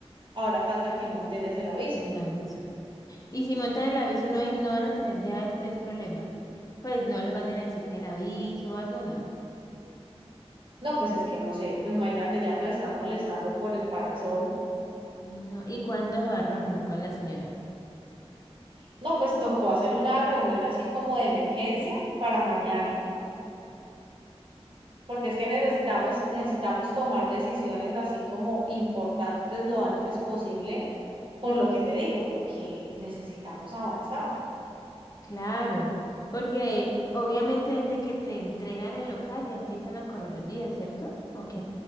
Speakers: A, on the right; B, on the left.
A: ahora falta que monten ese aviso.
B: El aviso. Y si montan el aviso, no hay, no van a tener ya después problema. Pues no lo vayan a decir que el aviso o algo, no.
A: No, pues es que no sé, pues imagínate, ya nos están molestando por el parasol.
B: No, por- No. ¿Y cuándo se va a reunir con la señora?
A: No, pues tocó hacer una reunión así como de emergencia para mañana, porque es que necesitamos, necesitamos tomar decisiones así como importantes lo antes posible, por lo que te digo, porque necesitamos avanzar.
B: Claro, porque obviamente desde que te entregan el local ya empiezan a correr los días, ¿cierto? Ok.